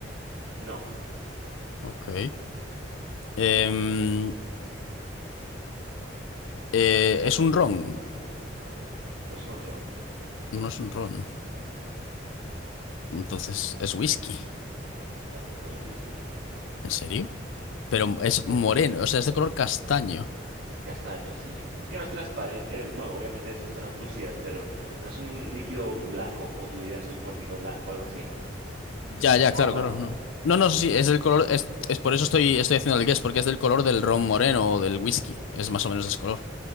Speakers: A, on the right; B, on the left.
A: No,
B: Ok. Em, eh, es un ron,
A: no es un ron,
B: no es un ron. Entonces es whisky.
A: tampoco es whisky,
B: ¿En serio? Pero
A: ¿en
B: es
A: serio?
B: moreno, o sea, es de color castaño.
A: Castaño, sí. Es que no es transparente, eh, bueno, obviamente son translúcidas, pero no es un líquido blanco como tú dirías tú, como el vino blanco, algo así, ¿no?
B: Ya, ya,
A: Como
B: claro,
A: agua,
B: claro,
A: no.
B: no. No, no, sí, es del color, es, es por eso estoy, estoy haciendo el guess, porque es del color del ron moreno o del whisky. Es más o menos ese color.